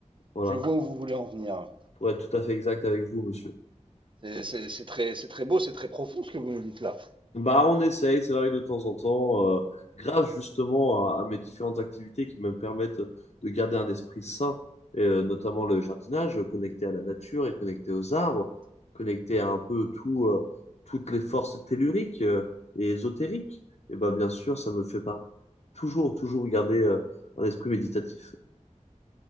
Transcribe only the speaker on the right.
Je vois où vous voulez en venir.
C'est c'est- c'est très, c'est très beau, c'est très profond ce que vous nous dites là.